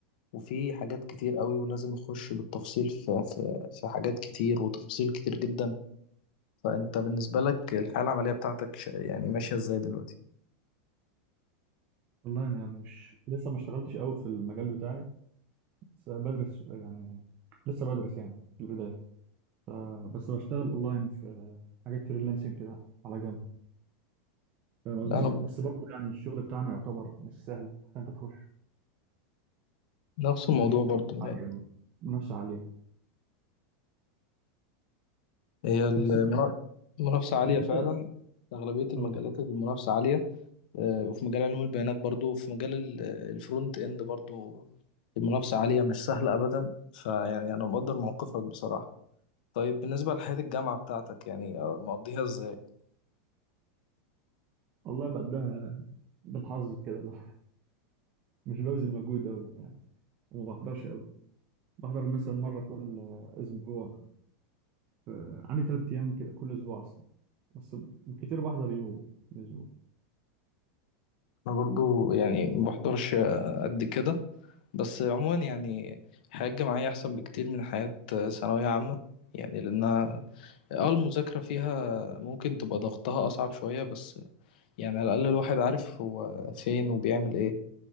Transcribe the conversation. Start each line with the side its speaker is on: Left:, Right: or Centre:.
Left: وفيه حاجات كتير قوي ولازم اخش بالتفصيل في في في حاجات كتير وتفاصيل كتير جدا فانت بالنسبة لك الحياة العملية بتاعتك ش- يعني ماشية ازاي دلوقتي؟
Right: والله انا مش لسه ما اشتغلتش قوي في المجال بتاعي بس بدرس يعني لسه بدرس يعني في البدايه ف- بس بشتغل اونلاين في حاجات فريلانسنج كده على جنب فاهم قصدي
Left: انا
Right: بس برضه يعني الشغل بتاعنا يعتبر مش سهل عشان انت تخش
Left: نفس الموضوع
Right: كان في
Left: برضو
Right: منافسه
Left: يعني
Right: عاليه أوي، منافسه عاليه
Left: هي المنا-
Right: بس انت
Left: المنافسة عالية
Right: بس انت
Left: فعلا في أغلبية المجالات
Right: اه
Left: المنافسة عالية آه، وفي مجال علوم البيانات برضو وفي مجال ال- الفرونت إند برضو المنافسة عالية مش سهلة أبدا فيعني أنا مقدر موقفك بصراحة طيب بالنسبة لحياة الجامعة بتاعتك يعني آه، مقضيها إزاي؟
Right: والله بقدها بالحظ كده لا مش ببذل مجهود قوي يعني وما بحضرش قوي بحضر مثلا مره كل اسبوع ف- عندي ثلاث ايام كده كل اسبوع اصلا بس كتير بحضر يوم في الأسبوع
Left: أنا برضو يعني ما بحضرش آه، قد كده بس عموما يعني الحياة الجامعية أحسن بكتير من حياة آه، ثانوية عامة يعني لأنها اه المذاكرة فيها ممكن تبقى ضغطها أصعب شوية بس يعني على الأقل الواحد عارف هو فين وبيعمل إيه